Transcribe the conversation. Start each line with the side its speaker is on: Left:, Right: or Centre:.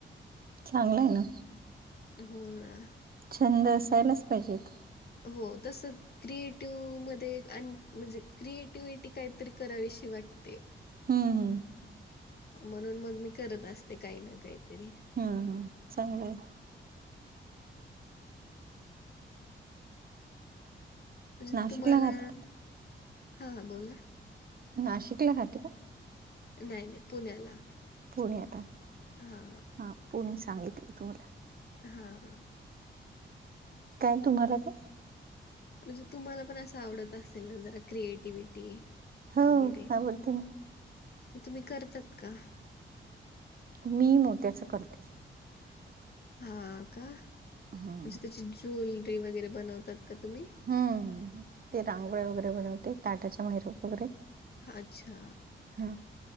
Right: चांगलं आहे ना!
Left: हो ना!
Right: छंद असायलाच पाहिजेत.
Left: हो तस क्रिएटिव्ह मध्ये आणि म्हणजे, क्रिएटिव्हटी काहीतरी करावीशी वाटते.
Right: हम्म हम्म.
Left: म्हणून मग मी करत असते, काही ना काहीतरी.
Right: हम्मम चांगलं आहे.
Left: म्हणजे
Right: नाशिकला
Left: तुम्हाला
Right: राहते का?
Left: हा बोला.
Right: नाशिकला होते का?
Left: नाही नाही पुण्याला.
Right: पुण्याला <unintelligible>
Left: हा
Right: हा पुणे सांगितली तुम्हाला.
Left: हा.
Right: काय तुम्हाला का
Left: म्हणजे तुम्हाला पण असं आवडत असेल ना, जरा क्रिएटिव्हिटी.
Right: हो
Left: वगैरे,
Right: आवडते ना
Left: मग तुम्ही करतात का?
Right: मी मोत्याचं करते.
Left: हा का म्हणजे
Right: हम्म
Left: त्याची ज्वेलरी वगैरे, बनवतात का तुम्ही.
Right: हम् ते रांगोळी वगैरे बनवते, ताटाच्या माहेरूप वगैरे
Left: अच्छा,
Right: ह